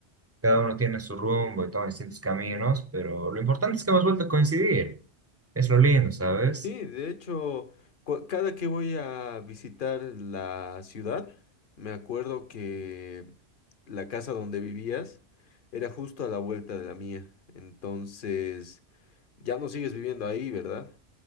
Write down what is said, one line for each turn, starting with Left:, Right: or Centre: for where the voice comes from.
Right: cada uno tiene su rumbo y toma distintos caminos, pero lo importante es que hemos vuelto a coincidir. Es lo lindo, ¿sabes?
Left: Sí, de hecho, cu- cada que voy a visitar la ciudad, me acuerdo que la casa donde vivías era justo a la vuelta de la mía. Entonces, ya no sigues viviendo ahí, ¿verdad?